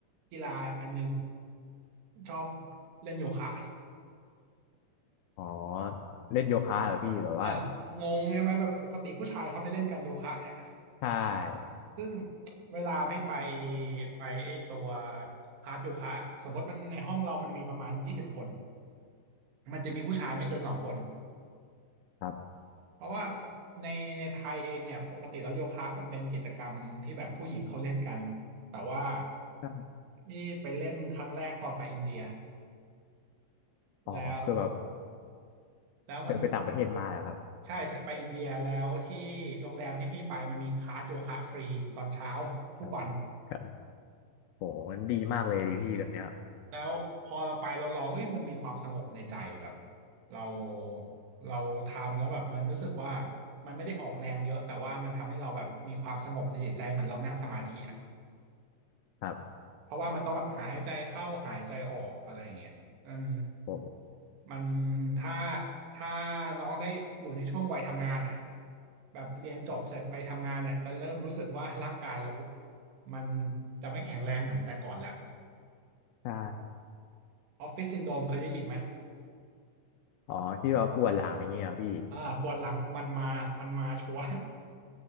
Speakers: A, on the right (about 75°); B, on the left (about 75°).
A: กีฬาอันนึงชอบเล่นโยคะ
B: อ๋อเล่นโยคะเหรอพี่แบบว่า
A: เอองงใช่ไหมแบบปกติผู้ชายเขาไม่เล่นกันโยคะเนี่ย
B: ใช่
A: ซึ่งเวลาพี่ไปไปไอตัวคลาสโยคะอะสมมติมันในห้องเรามันมีประมาณยี่สิบคนมันจะมีผู้ชายไม่เกินสองคน
B: ครั
A: เพราะว่าในในไทยเองเนี่ยปกติแล้วโยคะมันเป็นกิจกรรมที่แบบผู้หญิงเขาเล่นกันแต่ว่า
B: บ
A: พี่ไปเล่นครั้งแรกตอนไปอินเดีย
B: อ๋อคือแบบ
A: แล้วแล้วมัน
B: เคยไปต่างประเทศมาเหรอครับ
A: ใช่ใช่ไปอินเดียแล้วที่โรงแรมที่พี่ไปมันมีคลาสโยคะฟรีตอนเช้าทุกวัน
B: ครับครับโหมันดีมากเลยดิพี่แบบเนี้ย
A: แล้วพอเราไปเราร้องเอ้ยมันมีความสงบในใจแบบเราเราทำแล้วแบบมันรู้สึกว่ามันไม่ได้ออกแรงเยอะแต่ว่ามันทำให้เราแบบมีความสงบในจิตใจเหมือนเรานั่งสมาธิอะ
B: ครับ
A: เพราะว่ามันต้องแบบหายใจเข้าหายใจออกอะไรอย่างเงี้ยมัน
B: โห
A: มันถ้าถ้าน้องได้อยู่ในช่วงวัยทำงานอะแบบเรียนจบเสร็จไปทำงานเนี่ยจะเริ่มรู้สึกว่าร่างกายเรามันจะไม่แข็งแรงเหมือนแต่ก่อนละ
B: ใช่
A: ออฟฟิศซินโดรมเคยได้ยินไหม
B: อ๋อที่แบาปวดหลังอย่างเงี้ยเหรอพี่
A: อ่าปวดหลังมันมามันมาชัวร์